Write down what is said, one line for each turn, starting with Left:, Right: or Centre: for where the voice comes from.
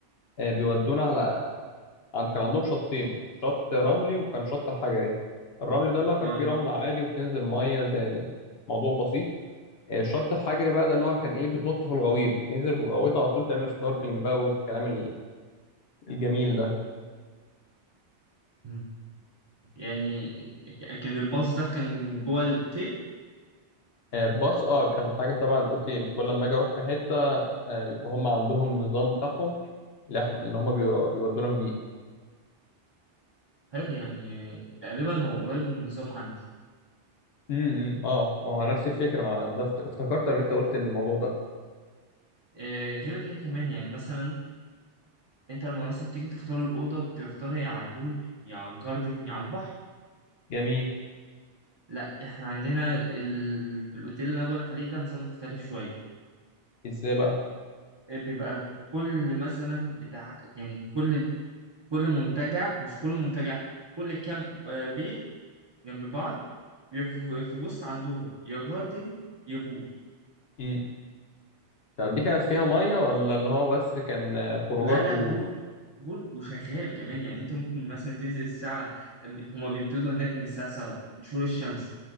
Left: آه، بيودونا على عند كان عندهم شطين شط رملي وكان شط حجري الرملي ده اللي هو كان
Right: اه
Left: فيه رمل عادي وبتنزل ميه زي الموضوع بسيط آه، الشط الحجري بقى ده اللي هو كان ايه بتنط في الغويط بتنزل في الغويط على طول تعمل سنوركلينج بقى والكلام ال- الجميل ده
Right: مم. يعني ك- كان الباص ده كان جوه الاوتيل
Left: آه، باص اه كان حاجه تبع الاوتيل كل ما اجي اروح في حته آه، بيبقى هم عندهم نظام بتاعهم اللي إحنا- اللي هم بيودونا بيه
Right: حلو يعني تقريبا هو قريب من النظام عندي
Left: امم امم. اه ما هو نفس الفكره ما ده افت- افتكرت لما انت قلت الموضوع ده
Right: آه غير كده كمان يعني مثلا انت لما مثلا تيجي تختار الأوضة بتختارها يا على البول يا على الجاردن يا على البحر
Left: جميل
Right: لا احنا عندنا ال... في الأوتيل اللي أنا بقولك عليه ده نظام مختلف شوية
Left: ازاي بقى
Right: آه، بيبقى كل مثلا بتاع يعني كل كل منتجع مش كل منتجع كل كام آه، بيت جنب بعض بيبقى في في الوسط عندهم يا جاردن يا بول
Left: امم طب دي كانت فيها ميه ولا اللي هو بس كان آه، خروجات
Right: لا لا
Left: و
Right: بول بول وشغال كمان يعني انت ممكن مثلا تنزل الساعة هما بيبتدوا هناك من الساعة 7 من شروق الشمس